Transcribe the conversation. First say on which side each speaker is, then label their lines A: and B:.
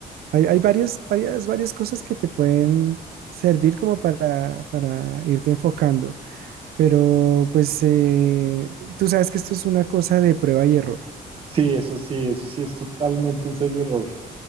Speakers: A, on the right; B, on the right.
A: hay, hay varias, varias, varias cosas que te pueden servir como para, para irte enfocando, pero pues eh, tú sabes que esto es una cosa de prueba y error.
B: Sí, eso sí, eso sí es totalmente ensayo error.